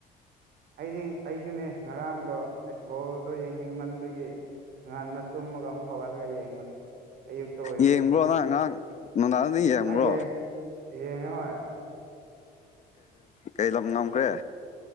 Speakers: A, on the right (about 70°); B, on the left (about 45°).
A: ꯑꯩꯗꯤ ꯑꯩꯁꯨꯅꯦ ꯉꯔꯥꯡꯗꯣ ꯑꯁ ꯕꯣꯜꯗꯣ ꯌꯦꯡꯅꯤꯡꯕꯟꯗꯨꯒꯤ ꯉꯟꯅ ꯇꯨꯝꯃꯒ ꯑꯃꯨꯛ ꯍꯧꯒꯠꯂꯒ ꯌꯦꯡꯕꯅꯤ ꯑꯌꯨꯛꯇ ꯑꯣꯏꯕꯒꯤꯅ
B: ꯌꯦꯡꯕ꯭ꯔꯣ ꯅꯪ ꯉꯔꯥꯡ ꯅꯨꯡꯗꯥꯡꯗꯤ ꯌꯦꯡꯕ꯭ꯔꯣ
A: ꯑꯩꯌꯦ ꯌꯦꯉ ꯍꯣꯏ
B: ꯀꯩ ꯂꯝ ꯉꯝꯈ꯭ꯔꯦ